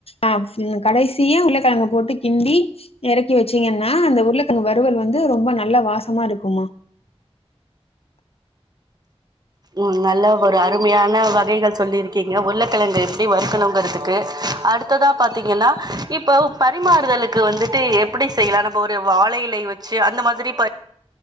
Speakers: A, on the left; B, on the right.
A: ஆ கடைசியா உருளக்கெழங்க போட்டு கிண்டி எறக்கி வச்சீங்னா அந்த உருளக்கெழங்கு வறுவல் வந்து ரொம்ப நல்ல வாசமா இருக்குமா
B: ம் நல்லா ஒரு அருமையான வகைகள் சொல்லிருக்கீங்க உர்ளக்கெழங்கு எப்டி வறுக்கணுங்கிறதுக்கு அடுத்ததா பாத்தீங்கன்னா இப்ப பரிமாறுதலுக்கு வந்துட்டு எப்டி செய்யலா நம்ம ஒரு வாழையிலை வச்சு அந்த மாத் த்ரி ப